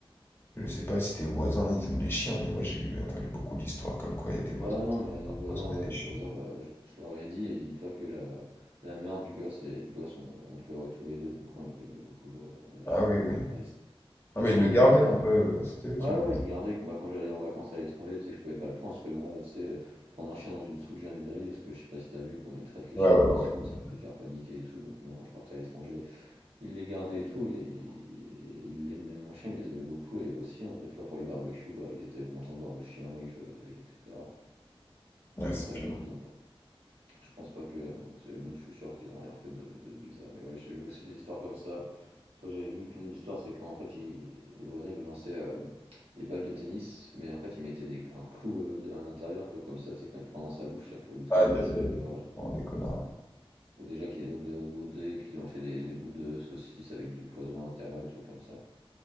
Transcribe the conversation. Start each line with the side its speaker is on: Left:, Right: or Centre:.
Left: Je sais pas si tes voisins, ils aiment les chiens, mais moi j'ai vu- entendu beaucoup d'histoires comme quoi il y a des voisins
Right: ouais, non, mais
Left: qui
Right: les
Left: empoisonnaient
Right: voisins, ouais,
Left: des
Right: les
Left: chiens.
Right: voisins, bah, je je leur ai dit et dis-toi que la la mère du gosse et le gosse ont ont pleuré tous les 2 donc non, il aimait beaucoup, le le chien.
Left: Ah oui, oui.
Right: Ah, je
Left: Ah
Right: sais
Left: mais
Right: pas
Left: ils
Right: un
Left: le
Right: gros
Left: gardaient
Right: chien, c'est
Left: un
Right: ça?
Left: peu, euh, c'était eux qui
Right: Ouais,
Left: le
Right: ouais,
Left: gardaient.
Right: il le gardait quand, bah, quand j'allais en vacances à l'étranger, tu sais que je pouvais pas le prendre, parce que moi, tu sais, euh, prendre un chien dans une soute, jamais de la vie, parce que je sais pas si t'as vu comment ils traitent les
Left: Ouais,
Right: chiens
Left: ouais,
Right: dans
Left: ouais,
Right: les soutes,
Left: ouais. Ouais,
Right: ça peut les faire paniquer et tout, donc non, quand je partais à l'étranger, il les gardait et tout, et, et il aimait même mon chien, il les aimait beaucoup, et aussi, hein, des fois pour les barbecues, bah, ils étaient contents de voir le chien, ils jouaient avec, etc.
Left: Ouais,
Right: Donc
Left: c'est
Right: euh,
Left: clair.
Right: non, ils ont pas. Je pense pas que. bon, c'est Même je suis sûr qu'ils ont rien fait de, de bizarre. Mais ouais, j'ai vu aussi des histoires comme ça. Toi, j'avais vu qu'une histoire, c'est qu'en fait, ils- des voisins, ils me lançaient euh, des balles de tennis, mais en fait, ils mettaient des, un clou euh, à l'intérieur, pour- comme ça, tu sais, quand il prend dans sa bouche, ça pouvait lui transpercer
Left: Aïe, aïe,
Right: la
Left: aïe.
Right: gorge.
Left: Non, des connards.
Right: Ou déjà qu'ils euh, ou des- qu'ils ont fait des, des bouts de saucisse avec du poison à l'intérieur, des trucs comme ça. quoi.